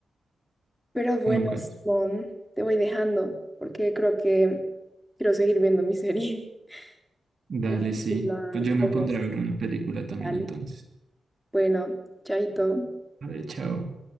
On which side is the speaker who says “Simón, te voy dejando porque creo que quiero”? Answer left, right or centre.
Centre